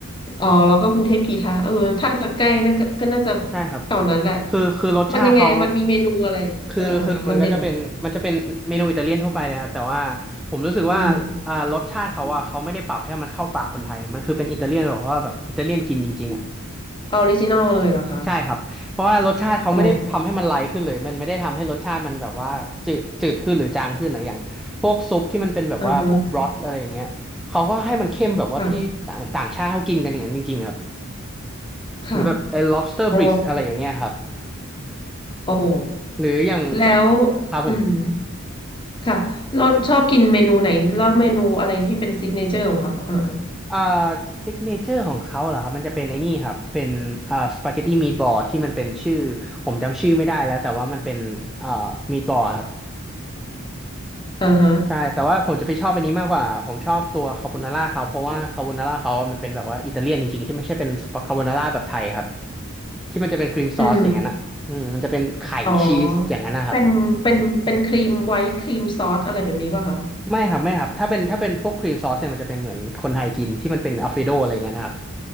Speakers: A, on the left; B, in the centre.
A: อ๋อแล้วก็กรุงเทพกีทาเออถ้าจะใกล้น่าก็ก็น่าจะ
B: ใช่ครับ
A: แถวนั้นแหละ
B: คือคือรสชาติเขา
A: มันยังไงมันมีเมนูอะไรเออเออมันเด่นยังไง
B: คือคือมันก็จะเป็นมันจะเป็นเมนูอิตาเลียนทั่วไปเลยครับแต่ว่าผมรู้สึกว่าอ่ารสชาติเขาอะเขาไม่ได้ปรับให้มันเข้าปากคนไทยมันคือเป็นอิตาเลียนแบบว่าแบบอิตาเลียนกินจริงๆอะ
A: อืมออริจินอลเลยเหรอคะ
B: ใช่ครับ เพราะว่ารสชาติเขาไม่ได้ทำให้มันไลท์ขึ้นเลยมันไม่ได้ทำให้รสชาติมันแบบว่าจืดจืดขึ้นหรือจางขึ้นนะอย่างพวกซุปที่มันเป็นแบบว่าพวกบรอทอะไรอย่างเงี้ยเขาก็ให้มันเข้มแบบว่าที่ต่างต่างชาติเขากินกันอย่างนั้นจริงๆครับ
A: อ๋ออ่าฮะค่ะค่ะ
B: หรือแบบไอ้ lobster
A: อ๋อ
B: bisque อะไรอย่างเงี้ยครับ
A: โอ้โห
B: หรืออย่างพวก
A: แล้ว
B: ครับผม
A: อืมค่ะเราชอบกินเมนูไหนแล้วเมนูอะไรที่เป็นซิกเนเจอร์ของเขาอ่า
B: อ่าซิกเนเจอร์ของเขาเหรอครับ มันจะเป็นไอ้นี่ครับเป็นอ่าสปาเกตตี้มีทบอลที่มันเป็นชื่อ ผมจำชื่อไม่ได้แล้วแต่ว่ามันเป็นอ่ามีทบอลครับ
A: อ่าฮะ
B: ใช่แต่ว่าผมจะไปชอบอันนี้มากกว่าผมชอบตัวคาโบนาร่าเขาเพราะว่าคาโบนาร่าเขาอะมันเป็นแบบว่าอิตาเลียนจริงๆที่ไม่ใช่เป็นคาโบนาร่าแบบไทยครับที่มันจะเป็นครีมซอสอย่างนั้นอ่ะอืมมันจะเป็นไข่ชีสอย่างนั้นนะครับ
A: อืมอ๋อเป็นเป็นเป็นครีมไวท์ครีมซอสอะไรแบบนี้ป่ะคะ
B: ไม่ครับไม่ครับถ้าเป็นถ้าเป็นพวกครีมซอสเนี่ยมันจะเป็นเหมือนคนไทยกินที่มันเป็นอัลเฟโดอะไรเงี้ยนะครับ